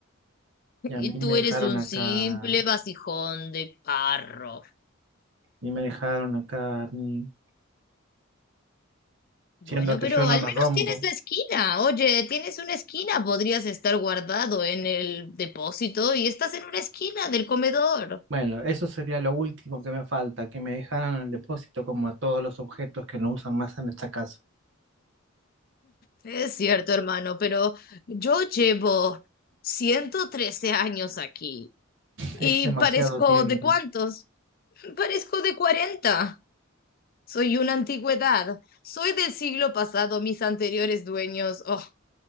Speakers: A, on the left; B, on the right.
A: y
B: Y a mí
A: tú
B: me dejaron
A: eres un
B: acá
A: simple vasijón de carro.
B: y me dejaron acá a mí,
A: Bueno,
B: siendo que
A: pero
B: yo no
A: al
B: me
A: menos
B: rompo.
A: tienes la esquina. Oye, tienes una esquina, podrías estar guardado en el depósito y estás en una esquina del comedor.
B: Bueno, eso sería lo último que me falta, que me dejaran en el depósito como a todos los objetos que no usan más en esta casa.
A: Es cierto, hermano, pero yo llevo 113 años aquí Y
B: Es demasiado
A: parezco
B: tiempo.
A: de cuántos? Parezco de 40. Soy una antigüedad. Soy del siglo pasado. Mis anteriores dueños. Oh.